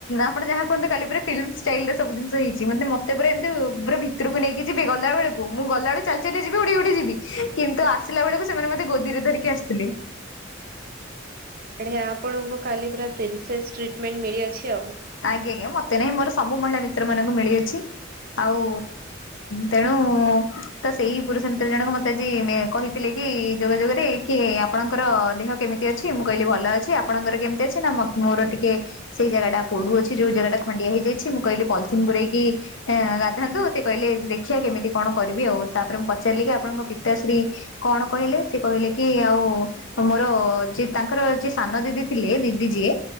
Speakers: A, on the left (about 85°); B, on the right (about 50°).
A: ଆପଣ ଯାହା କୁହନ୍ତୁ କାଲି ପୁରା ଫିଲ୍ମଷ୍ଟାଇଲରେ ସବୁ ଜିନିଷ ହେଇଛି ମତେ ମତେ ପୁରା ଏମତି ପୁରା ଭି ଭିତ୍ରକୁ ନେଇକି ଯିବେ ଗଲା ବେଳକୁ ମୁଁ ଗଲା ବେଳୁ ଚାଲି ଚାଲି ଯିବି ଉଡ଼ି ଉଡି ଯିବି। କିନ୍ତୁ ଆସିଲା ବେଳକୁ ସେମାନେ ମତେ ଗୋଦିରେ ଧରିକି ଆସିଥିଲେ।
B: ଏଣି ଆପଣଙ୍କୁ କାଲି ପୁରା ପ୍ରିନ୍ସେସ୍ ଟ୍ରିଟମେଣ୍ଟ ମିଳିଅଛି ଆଉ।
A: ଆଜ୍ଞା ଆଜ୍ଞା ମତେ ନାଇଁ ମୋର ସବୁ ମହିଳା ମିତ୍ର ମାନଙ୍କୁ ମିଳି ଅଛି ଆଉ ତେଣୁ ତ ସେଇ ପୁରୁଷ ମିତ୍ର ଜଣକ ମତେ ଆଜି ମେ କହି ଥିଲେ କି ଯୋଗାଯୋଗରେ କି ଆପଣଙ୍କର ଦେହ କେମିତି ଅଛି ମୁଁ କହିଲି ଭଲ ଅଛି ଆପଣଙ୍କର କେମିତି ଅଛି ନା ମୋ ମୋର ଟିକେ ସେଇ ଜାଗା ଟା ପୋଡୁ ଅଛି ଯୋଉ ଜାଗା ଟା ଖଣ୍ଡିଆ ହେଇଯାଇଛି ମୁଁ କହିଲି ପଲିଥିନ୍ ଗୋରେଇକି ଏଁଆ ଗାଧାନ୍ତୁ ସେ କହିଲେ ଦେଖିବା କେମିତି କଣ କରିବି ଆଉ ତାପରେ ମୁଁ ପଚାରିଲି କି ଆପଣଙ୍କ ପିତାଶ୍ରୀ କଣ କହିଲେ ସେ କହିଲେ କି ଆଉ ତ ମୋର ଯେ ତାଙ୍କର ଯିଏ ସାନ ଦିଦି ଥିଲେ ଦିଦି ଯିଏ